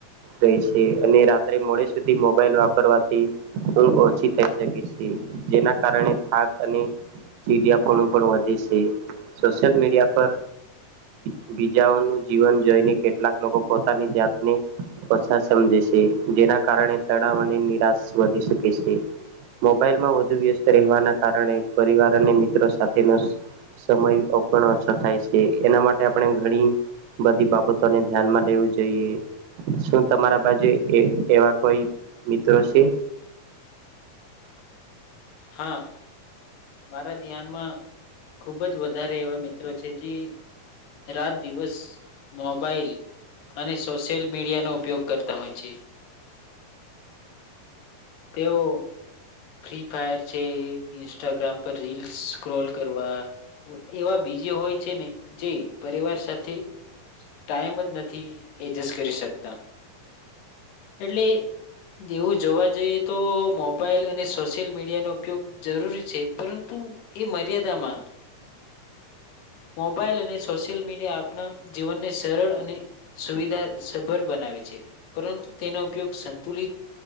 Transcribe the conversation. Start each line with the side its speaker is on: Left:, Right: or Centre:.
Right: રહી છે અને રાત્રે મોડે સુધી મોબાઈલ વાપરવાથી ઊઘ ઓછી થઈ શકે છે જેના કારણે થાક અને ચીડિયાપણું પણ વધે છે સોશિયલ મીડિયા પર બીજાઓનું જીવન જોઈને કેટલાક લોકો પોતાની જાતને ઓછા સમજે છે જેના કારણે તણાવ અને નિરાશ વધી શકે છે મોબાઈલમાં વધુ વ્યસ્ત રહેવાના કારણે પરિવાર અને મિત્રો સાથેનો સમય ઓછો થાય છે એના માટે આ પણે ઘણી બધી બાબતોને ધ્યાનમાં લેવું જોઈએ શું તમારા બાજુ એ એવા કોઈ મિત્રો છે?
Left: હા. મારા ધ્યા માં ખુબ જ વધારે એવા મિત ત્રો જે રાત દિવસ મોબાઈલ અને સોશિયલ મીડિયાનો ઉપયોગ કરતા હોય છે. તેઓ ફ્રી ફાયર છે ઇન્સ્ટાગ્રામ પર રીલસ સ્ક્રોલ કરવા એવા બીજી હોય છે ને જે પરિવાર સાથે ટાઈમ જ નથી એડજસ્ટ કરી શકતા એટલે એવું જોવા જઈએ તો મોબાઈલ અને સોશિયલ મીડિયાનો ઉપયોગ જરૂરી છે પરંતુ એ મર્યાદામાં મોબાઈલ અને સોશિયલ મીડિયા આપણા જીવનને સરળ અને સુવિધાસભર બનાવે છે પરંતુ તેનો ઉપયોગ સંતુલિત